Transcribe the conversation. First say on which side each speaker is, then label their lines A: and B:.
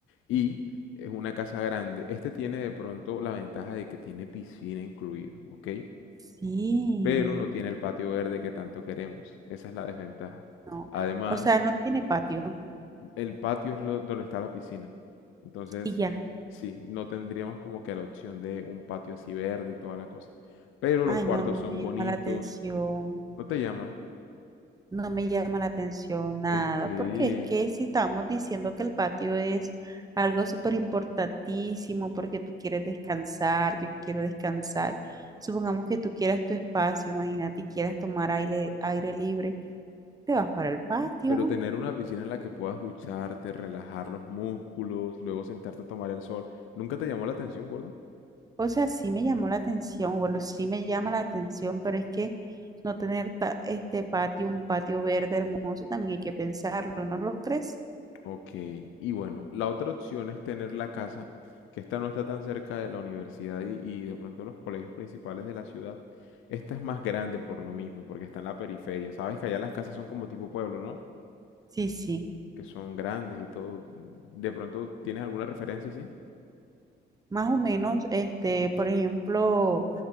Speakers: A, on the left; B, on the right.
A: Y es una casa grande. Este tiene de pronto la ventaja de que tiene piscina incluido, ¿ok?
B: Sí,
A: Pero no tiene el patio verde que tanto queremos. Esa es la desventaja.
B: no.
A: Además,
B: O sea, no tiene patio
A: El patio es lo- donde está la piscina. Entonces,
B: y ya.
A: sí, no tendríamos como que la opción de un patio así verde y toda la cosa. Pero
B: Ay,
A: los cuartos
B: no, no
A: son
B: me
A: bonitos.
B: llama la atención.
A: ¿No te llama?
B: No me llama la atención nada,
A: ¿Por qué?
B: porque es que si estamos diciendo que el patio es algo súper importantísimo, porque tú quieres descansar, yo quiero descansar. Supongamos que tú quieras tu espacio, imagínate, y quieras tomar aire, aire libre, te vas para el patio.
A: Pero tener una piscina en la que puedas ducharte, relajar los músculos, luego sentarte a tomar el sol, ¿nunca te llamó la atención, gorda?
B: O sea, sí me llamó la atención, bueno, sí me llama la atención, pero es que no tener ta- este patio, un patio verde hermoso, también hay que pensarlo, ¿no lo crees?
A: Ok, y bueno, la otra opción es tener la casa, que esta no está tan cerca de la universidad y, y de pronto los colegios principales de la ciudad. Esta es más grande por lo mismo, porque está en la periferia. Sabes que allá las casas son como tipo pueblo, ¿no?
B: Sí, sí,
A: Que son grandes y todo. ¿De pronto tienes alguna referencia así?
B: más o menos, este, por ejemplo,